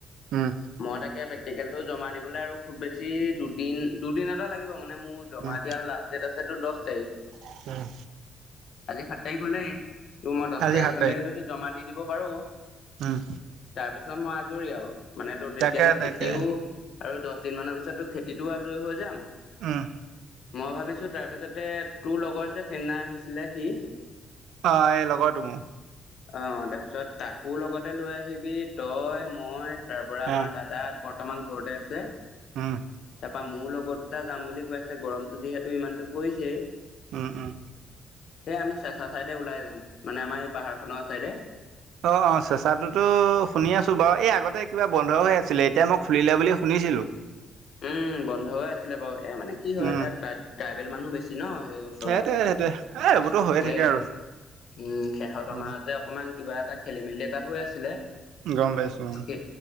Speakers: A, on the right; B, on the left.
A: উম
B: মই তাকে প্ৰেক্টিকেলটো জমা দিবলৈ আৰু খুব বেছি দুদিন দুদিন এটা লাগিব মানে মোৰ জমা
A: উম
B: দিয়াৰ লাষ্ট ডেট আছে তটো দহ তাৰিখ।
A: উম
B: আজি সাত তাৰিখ হলেই ত' মই দহ
A: আজি
B: তাৰিখ
A: সাত
B: হলে যদি জমা দি দিব পাৰো।
A: উম,
B: তাৰপিছত মই আজৰি আৰু মানে তো তেতিয়াললে
A: তাকে
B: খেতিও
A: তাকে
B: আৰু দহ দিন মানৰ পিছতো খেতিতো আজৰি হৈ যাম।
A: উম,
B: মই ভাবিছো তাৰ পিছতে তোৰ লগত যে সেইনা আহিছিলে সি
A: অ, এই লগৰতো মোৰ।
B: অ, তাৰপিছত তাকো লগতে লৈ আহিবি তই মই তাৰ পৰা আমাৰ
A: অ'
B: দাদা। তাত বৰ্তমান ঘৰতে আছে।
A: উম,
B: তাৰপা মোৰ লগৰ দুটা যাম বুলি কৈ আছে গৰমতো যিহেতু ইমানতো পৰিছেই।
A: উম, উম,
B: এই আমি চেঁচা চাইদে ওলাই যাম মানে আমাৰ এই পাহাৰখনৰ চাইদে।
A: অ, অ, চেঁচাটোতো শুনি আছো বাৰু এই আগতে কিবা বন্ধ হৈ আছিলে এতিয়া মই খুলিলে বুলি শুনিছিলো।
B: উম, বন্ধ হৈ আছিলে বাৰু এ মানে কি হয়
A: উম
B: তাত ট্ৰাইবেল মানুহ বেছি ন। ওচৰত,
A: সেইটোৱে সেইটোৱে এ এইবোৰতো হৈয়ে থাকে
B: এ,
A: আৰু
B: উম, সিহঁতৰ
A: উম
B: মাজতে। অকমান কিবা এটা খেলি মেলি এটা হৈ আছিলে।
A: গম পাইছো উম,
B: সেই